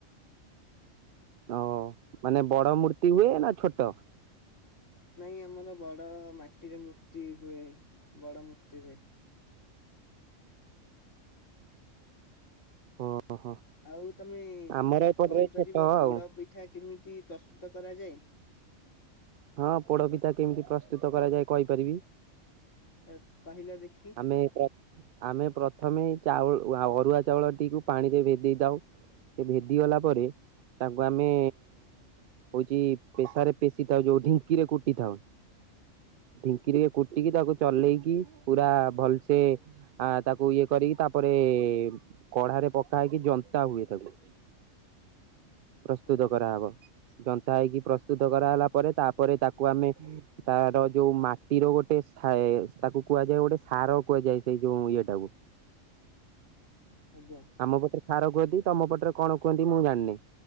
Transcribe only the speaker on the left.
ନାଇଁ ଆମର ବଡ ମାଟିରେ ମୂର୍ତ୍ତି ହୁଏ ବଡ ମୂର୍ତ୍ତି ହୁଏ।
ଆଉ ତମେ
କହିପାରିବ
ପୋଡ
ପି ପିଠା କେମିତି ପ୍ରସ୍ତୁତ କରାଯାଏ?
ଏ କହିଲ ଦେଖି
ଆଜ୍ଞା
ଆଜ୍ଞା।